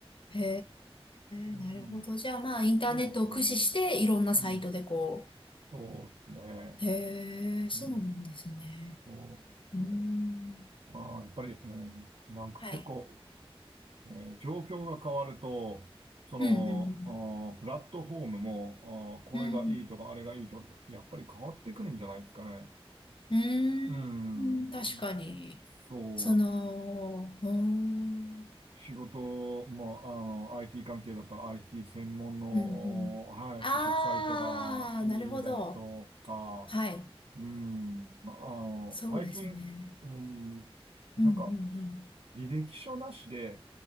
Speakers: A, on the left; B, on the right.
A: へ
B: うん、
A: え、なるほど。じゃあまあ、インターネットを駆使して、
B: そうですね。
A: いろんなサイトでこ
B: うん、そうですね。
A: う。へえ、そうなんですね。
B: うん、そうですね。
A: うーん。
B: ああやっぱり、うん、なんか結構、
A: はい。
B: えー状況が変わると、その、
A: うん、うん、
B: あープラットフォームも、あーこれがいいとか、
A: うん。
B: あれがいいとか、やっぱり変わってくるんじゃないですかね。
A: うん、
B: うん。
A: うーん、確かに。
B: そう。
A: その、うーん、
B: 仕事、まあ、あの、IT 関係だったら IT 専門の、
A: うん、うん。
B: はい、
A: ああ、
B: 就職サイトがいいだとか、
A: なるほど。はい。
B: うん。まああの、
A: そうですね。
B: 最近、うん、なんか、
A: うん、うん、うん。
B: 履歴書なしで、